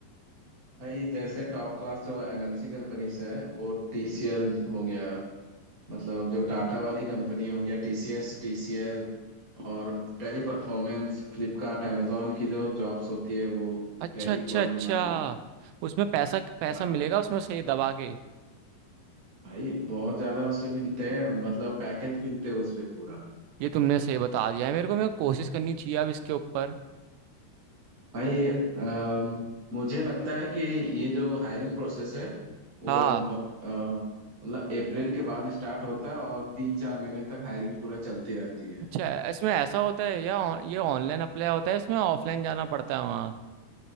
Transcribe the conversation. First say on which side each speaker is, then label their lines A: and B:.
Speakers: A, on the right; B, on the right.
A: भाई जैसे टॉप क्लास जो एमएनसी कंपनीज है वो टीसीएल हो गया मतलब जो टाटा वाली कंपनी हो गया टीसीएस टीसीएल और टैली परफॉर्मेंस फ्लिपकार्ट amazon की जो जॉब्स होती है वो
B: अच्छा
A: टैली
B: अच्छा
A: कॉलिंग
B: अच्छा
A: वाली
B: उसमें पैसा पैसा
A: हाँ
B: मिलेगा उसमें सही दबा के
A: भाई बहुत ज्यादा उसमें मिलते हैं मतलब पैकेज मिलते हैं उसमें पूरा
B: ये तुमने सही बता दिया है मेरे को मैं कोशिश करनी चाहिए अब इसके ऊपर
A: भाई अम, मुझे लगता है कि ये जो हायरिंग प्रोसेस है वो
B: हाँ
A: म- अ, मतलब अप्रैल के बाद स्टार्ट होता है और तीन चार महीने तक हायरिंग पूरा चलती रहती है
B: अच्छा इसमें ऐसा होता है या ऑन- ये ऑनलाइन अप्लाई होता है इसमें ऑफलाइन जाना पड़ता है वहाँ